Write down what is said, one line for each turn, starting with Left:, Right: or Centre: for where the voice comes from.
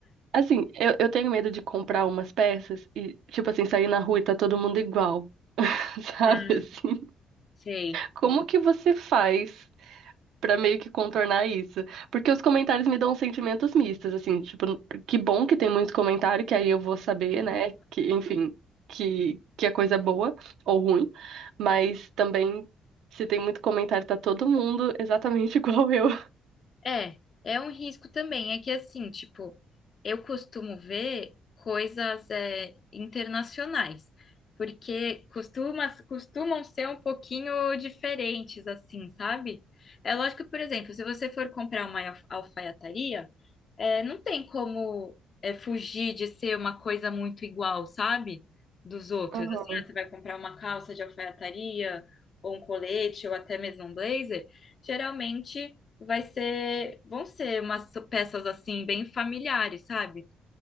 Right: Assim, eu, eu tenho medo de comprar umas peças e, tipo assim, sair na rua e tá todo mundo igual, <laughs> sabe?
Left: Ah,
Right: Assim,
Left: sei.
Right: como que você faz? Pra meio que contornar isso. Porque os comentários me dão sentimentos mistos, assim, tipo, que bom que tem muitos comentários, que aí eu vou saber, né, que, enfim, que, que a coisa é boa ou ruim, mas também, se tem muito comentário, tá todo mundo exatamente <laughs> igual eu.
Left: É, é um risco também. É que assim, tipo, eu costumo ver coisas é, internacionais, porque costuma, costumam ser um pouquinho diferentes, assim, sabe? É lógico que, por exemplo, se você for comprar uma alf- alfaiataria, é, não tem como é, fugir de ser uma coisa muito igual, sabe? Dos outros.
Right: Uhum.
Left: Assim, ah, você vai comprar uma calça de alfaiataria, ou um colete, ou até mesmo um blazer, geralmente vai ser, vão ser umas peças assim, bem familiares, sabe?